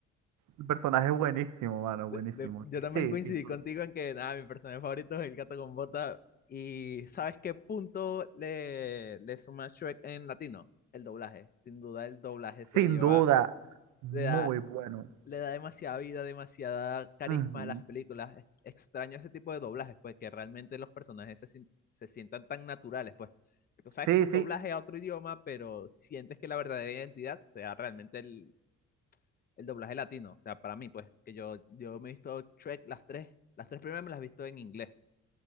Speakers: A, on the right; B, on the left.
A: El personaje es buenísimo, mano,
B: De-
A: buenísimo.
B: de- yo también
A: Sí,
B: coincidí
A: sin duda.
B: contigo en que nada, mi personaje favorito es el gato con bota. ¿Y sabes qué punto le, le suma Shrek en latino? El doblaje. Sin duda el doblaje se
A: Sin
B: lleva,
A: duda, muy
B: le da,
A: bueno.
B: le da demasiada vida, demasiada carisma
A: Ujú.
B: a las películas. Es- extraño ese tipo de doblajes, pues que realmente los personajes se, sin- se sientan tan naturales, pues. Tú sabes
A: Sí,
B: que es un
A: sí.
B: doblaje a otro idioma, pero sientes que la verdadera identidad sea realmente el, el doblaje latino. O sea, para mí, pues, que yo, yo me he visto Shrek las tres, las tres primeras me las he visto en inglés.